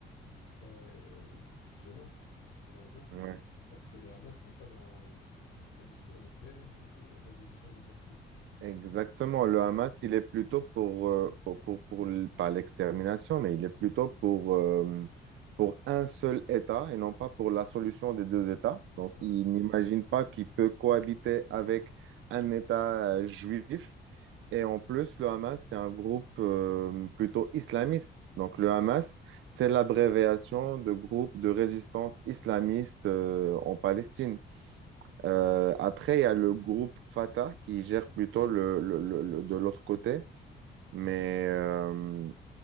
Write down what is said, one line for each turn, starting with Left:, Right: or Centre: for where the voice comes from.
Left: très euh, violente, finalement
Right: Ouais.
Left: parce que le Hamas n'est pas dans un discours de paix et de résolution du conflit.
Right: Exactement.
Left: Je,
Right: Le Hamas, il est plutôt pour, euh, pour, pour, pour l- pas l'extermination, mais il est plutôt pour, euh, pour un seul État et non pas pour la solution des deux États. Donc,
Left: voilà.
Right: il n'imagine pas qu'il peut cohabiter avec un État euh, juif. Et en plus, le Hamas, c'est un groupe euh, plutôt islamiste. Donc, le Hamas, c'est l'abréviation de groupe de résistance islamiste euh, en Palestine. Euh, après, il y a le groupe Fata qui gère plutôt le, le- le- le- de l'autre côté. Mais euh,